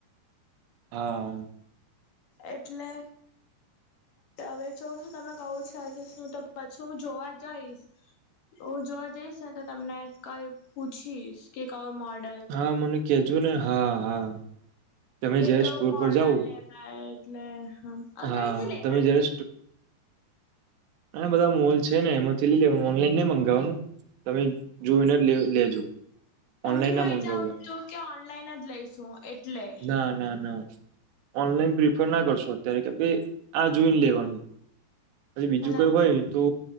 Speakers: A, on the right (about 80°); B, on the left (about 55°).
A: હા
B: એટલે હવે જો શું તમે કઉ છ હું તો પછી હું જોવા જઈશ હ જોવા જઈશ ને તો તમને કઈ પૂછીશ કે કયો મળે
A: હા મને કેજો ને હા હા તમે
B: એ
A: જયારે
B: કવું
A: સ્ટોર
B: મોડર
A: પર જાવ
B: લેવાય એટલે હ
A: હા
B: કઈથી લેવાય
A: તમે જયારે બધા મોલ છે ને એમાંથી લઈ લેવાનું ઓનલાઈન ન મગાવવાનું તમે જોઓને લેજો
B: કેમ
A: ઓનલાઈન
B: કે
A: ના
B: મેં વિચારું
A: મંગાવતા
B: તું કે ઓનલાઈન જ લઈસું એટલે
A: ના ના ના ઓનલાઈન પ્રિફર ના કરશો અત્યારે કે ભાઈ આ જોઈને લેવાનું પછી બીજું
B: લેપટોપ
A: કઈ હોય તો